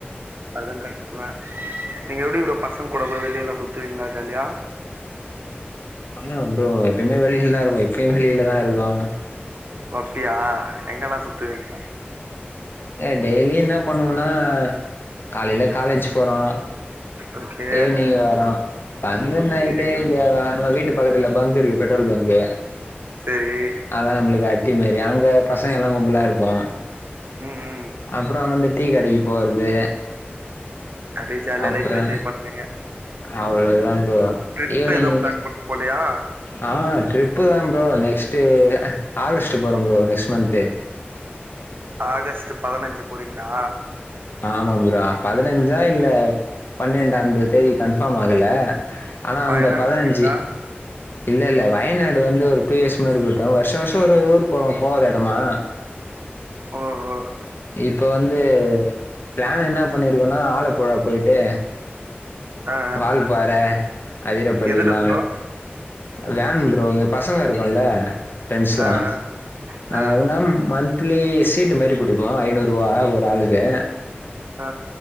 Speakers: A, on the right; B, on the left.
A: அதா கரெக்ட்தா நீங்க எப்டி ப்ரோ பசங்க கூடவு வெளிய எல்லா சுத்துவீங்களா ஜாலியா
B: ஆமா ப்ரோ எப்பவுமே வெளியில தா இருக்கோம் இப்பயும் வெளியிலதா இருக்கோம்
A: ஓ அப்டியா எங்கெல்லா சுத்துவீங்க
B: எ டெய்லியும் என்ன பண்ணுவனா காலையில காலேஜ் போறோ
A: ஓகே
B: ஈவினிங்க் வர்றோ வந்து நைட்டு
A: செரி
B: இங்க நம்ம வீட்டு பக்கத்துல பங்க் இருக்கு பெட்ரோல் பங்க்கு
A: செரி
B: அதா நம்மளுக்கு அட்டி மாரி அங்க பசங்க எல்லா கும்பலா இருப்போ
A: ம் ம்
B: அப்புறோ அங்கந்த டீ கடைக்கு போறது
A: அப்டியே ஜாலியா
B: அப்புறோ
A: லைஃப் என்ஜாய் பண்றீங்க
B: அவ்ளோ தா ப்ரோ
A: ட்ரிப்
B: ஈவினிங்
A: எதும் பிளான் போட்டு போலையா
B: ஆ ட்ரிப்பு தான் ப்ரோ நெக்ஸ்ட் ஆகஸ்ட் போறோம் ப்ரோ நெஸ்ட் மந்த்து
A: ஆகஸ்ட் பதுனஞ்சு போறீங்களா
B: ஆமா ப்ரோ பதுனஞ்சா இல்ல பன்னெண்டு அந்த தேதி கன்ஃபார்ம் ஆகல ஆனா
A: வயநாடு
B: அந்த பதுனஞ்சு
A: போறீங்களா
B: இல்ல இல்ல வயநாடு வந்து ஒரு டூ இயர்ஸ் முன்னாடி போயிட்டோ வருஷம் வருஷம் ஒரு ஊர் போவு போவாத எடமா
A: ஓஹோ
B: இப்போ வந்து பிளான் என்ன பண்ணியிருக்கோன்னா ஆலப்புழா போயிட்டு
A: ஆ ஆ
B: வால்பாற அதிரப்பள்ளிலா
A: எதுல ப்ரோ
B: வேன் ப்ரோ இங்க பசங்க இருக்கும்ல ஃப்ரெண்ட்ஸ்லா
A: ஆ
B: நாங்க
A: ஆ
B: எப்டினா
A: ஆ
B: மந்த் மந்த்லி சீட்டு மாரி பிடிப்போ ஐநூரூவா ஒரு ஆளுக்கு
A: ஆ